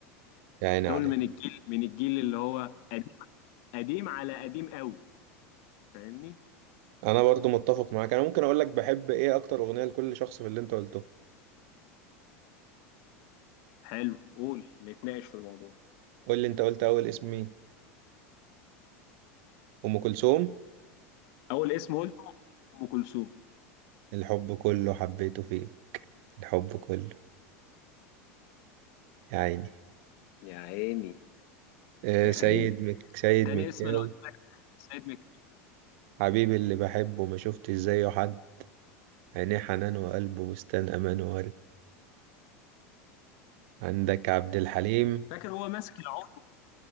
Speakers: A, on the right; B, on the left.
A: يا عيني
B: دول
A: عليك
B: من الجيل من الجيل اللي هو قديم قديم على قديم قوي فاهمني
A: انا برضو متفق معاك انا ممكن اقول لك بحب ايه اكتر اغنيه لكل شخص في اللي انت قلته
B: حلو قول نتناقش في الموضوع
A: قول لي انت قلت اول اسم مين ام كلثوم
B: اول اسم قلت ام كلثوم
A: الحب كله حبيته فيه الحب كله يا عيني
B: يا عيني
A: آه،
B: يا
A: سيد
B: عيني
A: مك... سيد
B: تاني
A: مكاوي
B: اسم انا قلت سيد مك
A: حبيبي اللي بحبه ما شفتش زيه حد عينيه حنان وقلبه بستان امان وورد عندك عبد الحليم
B: فاكر هو ماسك العود